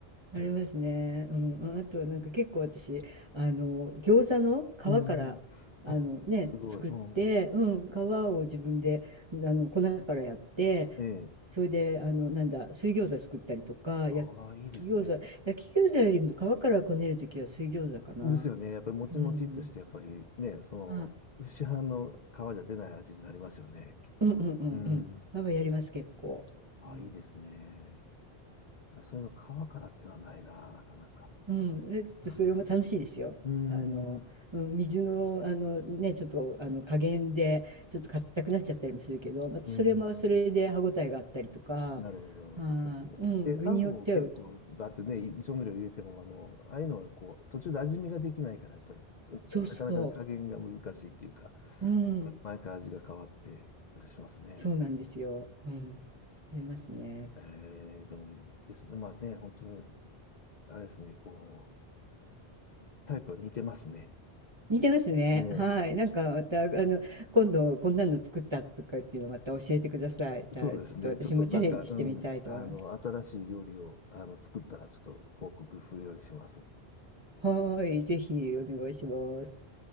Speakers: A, on the right (about 30°); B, on the left (about 50°).
A: ありますね。
B: うん。本当に
A: うん。あと、なんか結構私、あの、餃子の皮から、
B: うん。
A: あのね、
B: あ、すごい。
A: 作って、
B: うん。
A: うん、皮を自分で、あの、粉からやって、
B: ええ。
A: それで、あの、なんだ、水餃子作ったりとか、
B: ああ、
A: 焼き餃子、
B: いいですね。
A: 焼き餃子よりも皮からこねるときは水餃子かな。
B: ですよね。やっぱりもちもちっとして、
A: うん。
B: やっぱりね、その、
A: あ、
B: 市販の皮じゃ出ない味になりますよね、きっと。
A: うんうんうんうん。
B: うん。
A: 皮やります、結構。
B: あ、
A: うん
B: いいですね。あ、そういうの皮からってのはないな、なかなか。
A: うん、え、ちょっとそれも楽しいですよ。
B: あうー
A: あの、
B: ん。
A: うん、水の、あのね、ちょっとあの加減でちょっと硬くなっちゃったりもするけど、またそれもそれで歯ごたえがあったりとか、
B: うん。なるほど、なるほど。
A: あーうん、
B: そうですよね。で、
A: 具によっては、
B: あんも結構、だってね、調味料入れても、あの、ああいうのはこう、途中で味見ができないから、やっぱり、つなかなかね、
A: そうそ
B: 加減が難しいっていうか、うん
A: う、うん、
B: 毎回味が変わってしますね。
A: そうなんですよ。うん、ありますね。
B: ええでもいいですね。まあね、本当にあれですね、こう、タイプ似てますね。
A: 似てますね。
B: ねえ。
A: はい、なんかまたあの今度こんなの作ったとかっていうのまた教えてください。たちょっと私もチャレンジしてみたいと思います。
B: そうですね。ちょっとなんか、うん、あの、新しい料理を、あの、作ったら、ちょっと報告するようにします。
A: はーい、ぜひお願いします。